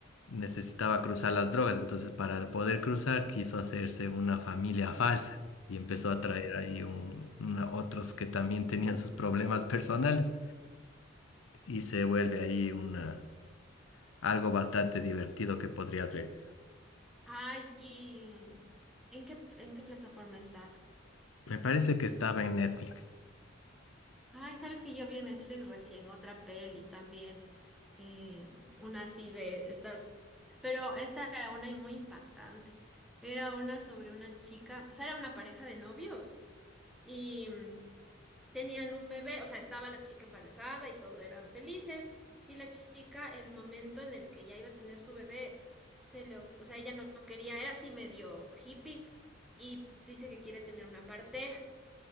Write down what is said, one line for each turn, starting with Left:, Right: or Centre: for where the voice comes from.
Left: necesitaba cruzar las drogas, entonces para poder cruzar quiso hacerse una familia falsa y empezó a traer
Centre: Ya.
Left: ahí un, una- otros que también tenían sus problemas personales y se vuelve ahí una, algo bastante divertido que podrías ver.
Centre: Ay, ¿y en qué, en qué plataforma estaba?
Left: Me parece que estaba en Netflix,
Centre: Ay, sabes que yo vi en Netflix recién otra peli también, eh, una así de estas, pero esta era una muy impactante. Era una sobre una chica, o sea, era una pareja de novios y mm, tenían un bebé, o sea, estaba la chica embarazada y todo eran felices, y la chica, el momento en el que ya iba a tener su bebé, se le, o o sea, ella no, no quería, era así medio hippie, y dice que quiere tener una partera,